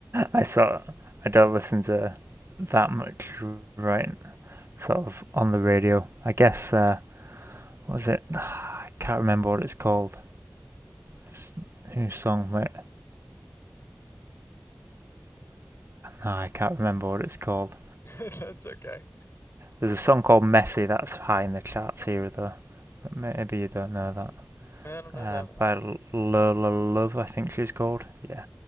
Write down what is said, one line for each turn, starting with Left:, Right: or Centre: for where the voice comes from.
Right: I sort of- I don't listen to that much right sort of on the radio. I guess uh, what was it? <sighs> Oh, I can't remember what it's called. It's, whose song? Wait, no, I can't remember what it's called.
Left: <laughs> that's okay.
Right: There's a song called Messy that's high in the charts here, though. But maybe you don't know that.
Left: I don't know
Right: Uh,
Left: that one.
Right: by Lola Love, I think she's called. Yeah.